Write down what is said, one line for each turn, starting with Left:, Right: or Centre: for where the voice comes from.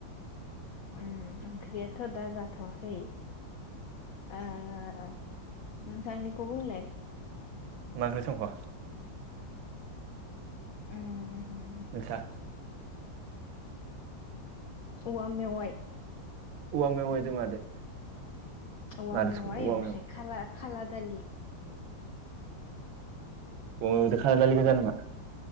Left: उम ओंख्रियाथ' दा जाथ'वाखै ओ नोंस्रानिखौ बुंलाय
Right: मा ओंख्रि संखो?
Left: उम
Right: नोंसा
Left: औवा मेवाय
Right: औवा मेवाइ जों माजो?
Left: औवा
Right: मादो
Left: मेवाइ
Right: संदो औवा
Left: ओमफ्राय खाला खाला दालि
Right: अ <unintelligible> खाला दालि <unintelligible>